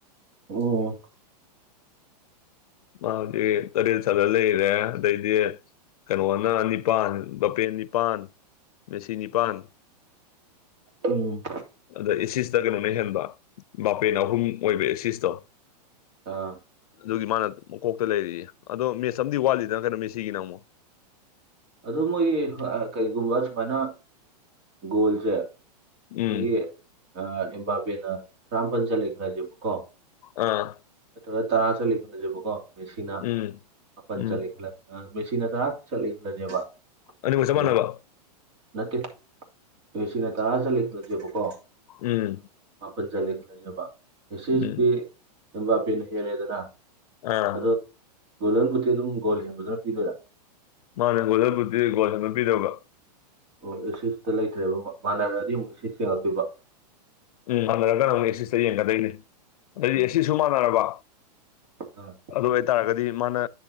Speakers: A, on the right (about 45°); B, on the left (about 60°).
A: ꯑꯣ
B: ꯃꯥꯗꯤ ꯇꯔꯦꯠ ꯁꯥꯔ ꯂꯩꯔꯦ ꯑꯗꯩꯗꯤ ꯀꯩꯅꯣꯅ ꯅꯤꯄꯥꯟ ꯒꯄꯦꯟ ꯅꯤꯄꯥꯟ ꯃꯦꯁꯤ ꯅꯤꯄꯥꯟ
A: ꯎꯝ
B: ꯑꯗ ꯑꯦꯁꯤꯁꯇ ꯀꯩꯅꯣꯅ ꯍꯦꯟꯕ ꯕꯥꯄꯦꯟ ꯑꯍꯨꯝ ꯑꯣꯏꯕ ꯑꯦꯁꯤꯁꯇꯣ
A: ꯑ
B: ꯑꯗꯨꯒꯤ ꯃꯥꯅ ꯃꯀꯣꯛꯇ ꯂꯩꯔꯤ ꯑꯗꯣ ꯃꯦꯁ ꯑꯃꯗꯤ ꯋꯥꯠꯂꯤꯗꯅ ꯀꯩꯅꯣ ꯃꯦꯠꯁꯤꯒꯤꯅ ꯑꯃꯨꯛ
A: ꯑ ꯃꯣꯏꯒꯤ ꯀꯩꯒꯨꯝꯕ ꯁꯨꯃꯥꯏꯅ ꯒꯣꯜꯁꯦ ꯑꯩꯈꯣꯏꯒꯤ
B: ꯎꯝ
A: ꯏꯕꯥꯕꯦꯅ ꯇꯔꯥꯃꯄꯜ ꯆꯠꯂꯈ꯭ꯔꯁꯦꯕꯀꯣ
B: ꯎꯝ
A: ꯅꯠꯇ ꯇꯔꯥ ꯆꯠꯂꯦ ꯈꯜꯂꯁꯦꯕꯀꯣ ꯃꯦꯁꯤꯅꯥ
B: ꯎꯝ
A: ꯃꯥꯄꯟ
B: ꯎꯝ
A: ꯆꯠꯂꯦ ꯈꯜꯂꯦ ꯦꯁꯤꯅꯗꯥ ꯆꯠꯂꯤ ꯈꯜꯂꯁꯦꯕ
B: ꯑꯅꯤꯕꯨ ꯆꯃꯅꯅꯕ
A: ꯑꯗꯨ ꯅꯠꯇꯦ ꯑꯦ ꯁꯤꯅ ꯇꯔꯥ ꯆꯠꯂꯤ ꯈꯂꯁꯦꯕꯀꯣ
B: ꯎꯝ
A: ꯃꯥꯄꯟ ꯆꯠꯂꯦ ꯈꯜꯂꯁꯦꯕ ꯉꯁꯤꯁꯤꯇꯤ
B: ꯎꯝ
A: ꯌꯕꯥꯄꯤꯦꯅ ꯍꯦꯜꯂꯦꯗꯅ
B: ꯑꯥ
A: ꯑꯗꯣ ꯒꯣꯂꯔꯕꯨꯠꯇꯤ ꯑꯗꯨꯝ ꯒꯣꯜ ꯍꯦꯟꯕꯗꯅ ꯄꯤꯗꯣꯏꯔꯥ
B: ꯃꯥꯅ ꯒꯣꯜꯖꯔꯕꯨꯗꯤ ꯒꯣꯜꯁꯟꯒ ꯄꯤꯗꯧꯕ
A: ꯑꯣ ꯑꯦꯁꯤꯇ ꯂꯩꯇ꯭ꯔꯦꯕ ꯃꯥꯟꯅꯔꯛꯑꯗꯤ ꯑꯃꯨꯛ ꯏ ꯌꯦꯡꯉꯛꯇꯄꯤꯣꯏꯕ
B: ꯎꯝ ꯃꯥꯟꯅꯔꯒ ꯅꯪ ꯑꯦꯁꯤꯇ ꯌꯦꯡꯒꯗꯣꯏꯅꯤ ꯑꯗꯩꯗꯤ
A: ꯎꯝ
B: ꯑꯦꯁꯤꯁꯨ ꯃꯥꯟꯅꯔꯕ
A: ꯑꯥ
B: ꯑꯗꯨ ꯑꯣꯏꯇꯥꯔꯒꯗꯤ ꯃꯥꯅ